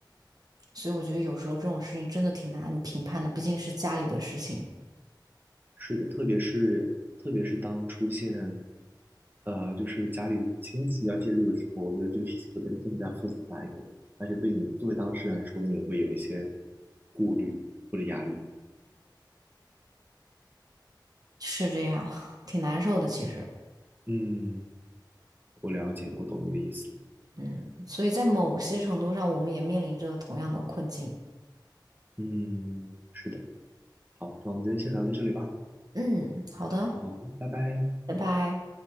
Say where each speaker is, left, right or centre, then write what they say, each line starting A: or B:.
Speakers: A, on the right (about 55°); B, on the right (about 25°).
A: 所以我觉得有时候这种事情真的挺难评判的，毕竟是家里的事情，
B: 是的，特别是特别是当出现呃，就是家里的亲戚要介入的时候，我觉得这个事情会变得更加复杂一点，而且对你作为当事人来说，你也会有一些顾虑或者压力。
A: 是这样，<laughs> 挺难受的其实，
B: 嗯，我了解，我懂你的意思。
A: 嗯，所以在某些程度上，我们也面临着同样的困境，
B: 嗯，是的。好，那我们今天先聊到这里吧。
A: 嗯，好的，
B: 好，拜拜。
A: 拜拜。